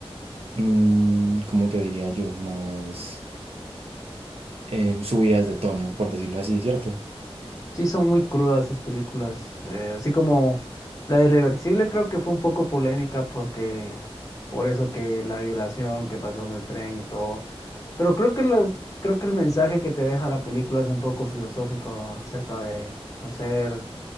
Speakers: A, on the right (about 70°); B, on the left (about 30°).
A: mm, ¿cómo te diría yo? Más em, subidas de tono, por decirlo así, ¿cierto?
B: Sí, son muy crudas sus películas. eh, así como La Irreversible creo que fue un poco polémica porque por eso que la violación que pasó en el tren y todo. Pero creo que lo, creo que el mensaje que te deja la película es un poco filosófico acerca de, no sé, el-